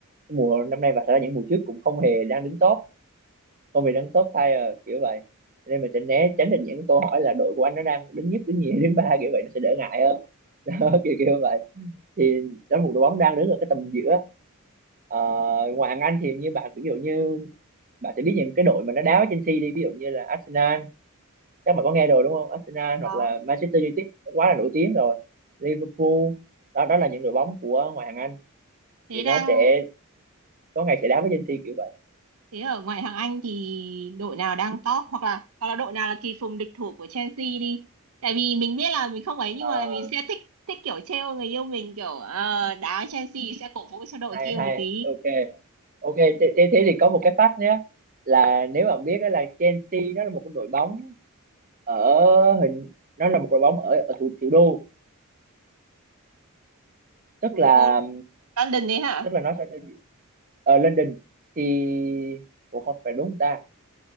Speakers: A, on the right; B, on the right.
A: mùa năm nay và thật ra những mùa trước cũng không hề đang đứng top không hề đứng top tier kiểu vậy Cho nên mình sẽ né tránh được những câu hỏi là đội của anh nó đang đứng nhất đứng nhì <laughs> đứng ba kiểu vậy nó sẽ đỡ ngại hơn <laughs> đó, kiểu kiểu vậy thì đó là một đội bóng đang đứng ở cái tầm giữa Ờ, ngoài hàng Anh thì như bạn ví dụ như bạn sẽ biết những cái đội mà nó đá với Chelsea đi ví dụ như là Arsenal chắc bạn có nghe rồi đúng không Arsenal hoặc
B: Đó.
A: là Manchester United nó quá là nổi tiếng rồi Liverpool đó đó là những đội bóng của ngoại hạng Anh
B: Thế
A: thì
B: đang
A: nó sẽ có ngày sẽ đá với Chelsea kiểu vậy
B: Thế ở ngoại hạng Anh thì đội nào đang top hoặc là hoặc là đội nào là kỳ phùng địch thủ của Chelsea đi. Tại vì mình biết là mình không ấy nhưng
A: à,
B: mà mình sẽ thích thích kiểu trêu người yêu mình kiểu ờ, đá Chelsea sẽ cổ vũ cho đội
A: hay
B: kia một
A: hay
B: tí.
A: ok ok thế, thế thế thì có một cái fact nhé là nếu bạn biết đó là Chelsea nó là một cái đội bóng ở hình nó là một đội bóng ở ở thủ thủ đô tức
B: <laughs> Thủ
A: là
B: đô London đấy hả?
A: tức là nó sẽ ở London thì ủa không phải đúng không ta